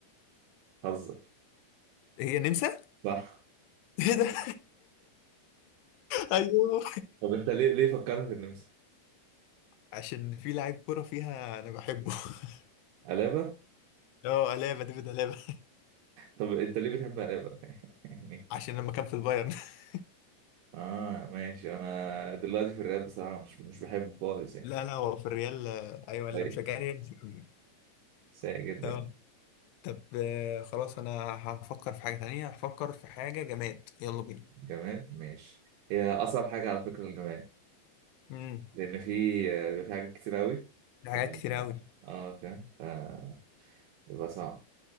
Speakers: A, on the right; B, on the left.
A: هزر
B: هي نمسا
A: صح
B: ايه ده <laughs> ايوه
A: طب أنت ليه ليه فكرت في النمسا؟
B: عشان في لاعب كوره فيها انا بحبه <laughs>
A: قلابة؟
B: اه الابا ديفيد الابا
A: طب أنت ليه بتحب قلابة؟ <laughs> يعني
B: <laughs> عشان لما كان في البايرن <laughs>
A: آه ماشي أنا دلوقتي في الرياض بصراحة مش مش بحبه خالص يعني
B: لا لا هو في الريال آه، ايوه اللي
A: طيب
B: مشجعني ريال مش بحبه.
A: سيء جدا
B: اه طب آه، خلاص انا هفكر في حاجه تانية هفكر في حاجه جماد يلا بينا
A: جماد ماشي هي أصعب حاجة على فكرة الجماد
B: امم
A: لأن في آه، بيبقى في حاجات كتير أوي
B: في حاجات
A: فلما-
B: كتير قوي
A: اه فاهم آه، يبقى صعب